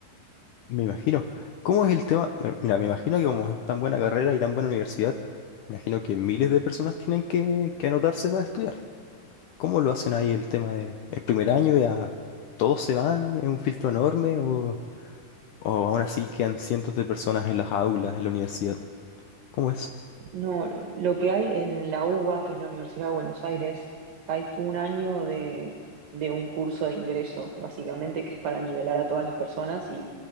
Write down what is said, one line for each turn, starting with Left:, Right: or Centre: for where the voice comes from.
Left: Me imagino. ¿Cómo es el tema? Bueno, Mira, me imagino que como es tan buena carrera y tan buena universidad, me imagino que miles de personas tienen que, que anotarse para estudiar. ¿Cómo lo hacen ahí el tema de el primer año ya todos se van, es un filtro enorme o, o aún así quedan cientos de personas en las aulas de la universidad? ¿Cómo es?
Right: No, lo que hay en la UBA, que es la Universidad de Buenos Aires, hay un año de, de un curso de ingreso, básicamente, que es para nivelar a todas las personas y